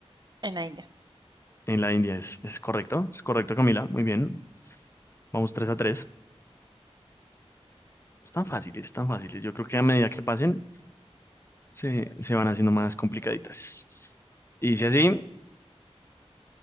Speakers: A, on the right; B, on the left.
A: en la India.
B: En la India es, es correcto. Es correcto, Camila. Muy bien. Vamos 3 a 3. Es tan fáciles, tan fáciles. Yo creo que a medida que pasen. se, se van haciendo más complicaditas. Y si así,